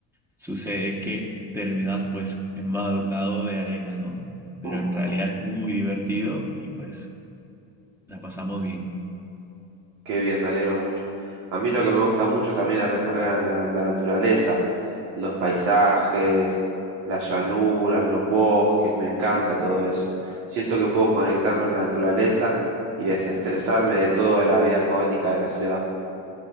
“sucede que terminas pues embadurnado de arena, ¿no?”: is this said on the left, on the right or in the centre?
Centre